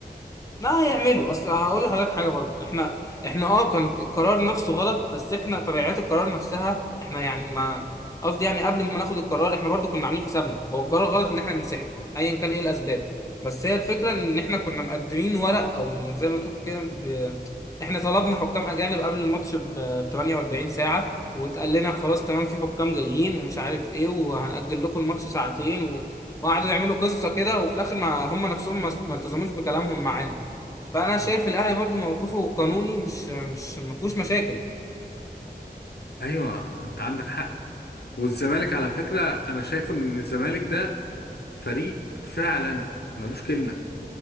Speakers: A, on the left (about 20°); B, on the left (about 75°).
A: لا هيعملوا اصل هقول لحضرتك حاجه برضو احنا احنا اه كان القرار نفسه غلط بس احنا طبيعات القرار نفسها احنا يعني ما قصدي يعني قبل ما ناخد القرار احنا برضو كنا عاملين حسابنا هو القرار غلط ان احنا ننسحب ايا كان ايه الاسباب بس هي الفكره ان احنا كنا مقدمين ورق او زي ما تقول كده ب... احنا طلبنا حكام اجانب قبل الماتش ب 48 ساعه واتقال لنا خلاص تمام في حكام جايين ومش عارف ايه وهنأجل لكم الماتش ساعتين و... وقعدوا يعملوا قصه كده وفي الاخر ما هم نفسهم ما ما التزموش بكلامهم معانا فانا شايف
B: مم.
A: الاهلي برضو موقفه القانوني مش مش ما فيهوش مشاكل
B: ايوه انت عندك حق والزمالك على فكرة انا شايف ان الزمالك ده فريق فعلا ملوش كلمة